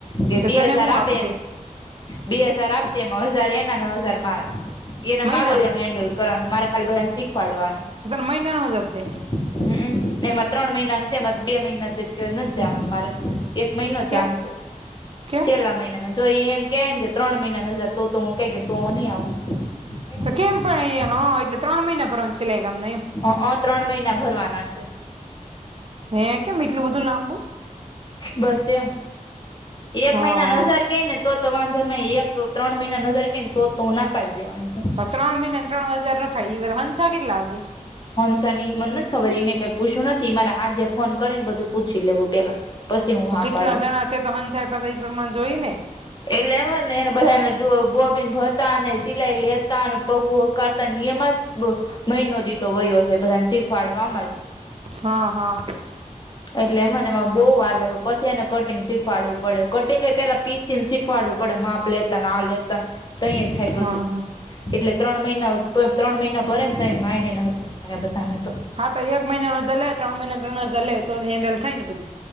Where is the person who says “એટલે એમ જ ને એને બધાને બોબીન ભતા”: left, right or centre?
Left